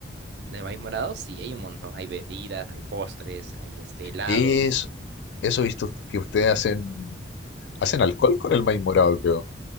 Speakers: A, on the right; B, on the left.
A: De maíz morado, sí, hay un montón. Hay bebidas, hay postres, hay este, helados.
B: Es, eso he visto que ustedes hacen, hacen alcohol con el maíz morado, creo.